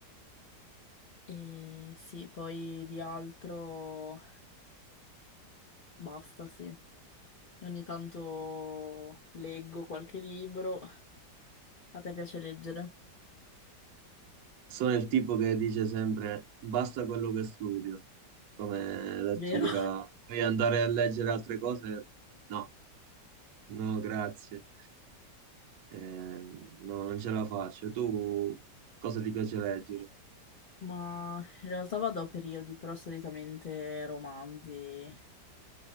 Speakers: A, on the left; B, on the right.
A: E sì, poi di altro basta, sì. Ogni tanto leggo qualche libro. A te piace leggere,
B: Sono il tipo che dice sempre basta quello che studio come lettura,
A: vero?
B: poi andare a leggere altre cose, no, no, grazie, Eh, no, non ce la faccio. Tu cosa ti piace leggere?
A: Ma in realtà vado a periodi, però solitamente romanzi.